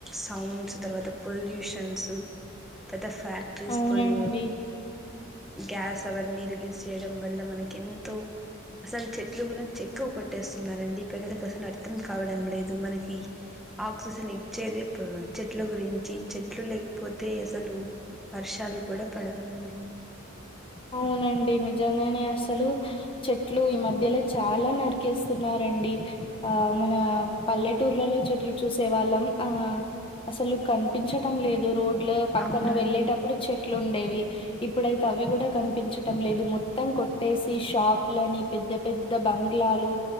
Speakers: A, in the centre; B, on the left.
A: సౌండ్ తర్వాత పొల్యూషన్స్
B: <inaudible>
A: ద ఫ్యాక్ట్రీస్
B: అవునండి
A: పొల్యూ గ్యాస్ అవన్నీ రిలీజ్ చేయడం వల్ల మనకు ఎంతో అసలు చెట్లు కూడా చెక్కు కొట్ ట్టేస్తున్న రండి ప్రజలకు అసలు అర్థం కావడం లేదు మనకి ఆక్సిజన్ ఇచ్చేది చెట్ల గురించి చెట్లు లేకపోతే అసలు వర్షాలు కూడా పడవండి
B: అవునండి నిజంగానే అసలు చెట్లు ఈ మధ్యలో చాలా నరికేస్తున్న రండి ఆ మన పల్లెటూర్లలో చెట్లు చూసే వాళ్ళం ఆ అసలు కనిపించడం లేదు రోడ్ లో పక్కన
A: అవునండి
B: వెళ్ళేటప్పుడు చెట్లు ఉండేవి ఇప్పుడుయితే అవి కూడా కనిపించడం లేదు మొత్తం కొట్టేసి షాప్ లని పెద్ద పెద్ద బంగ్లాలు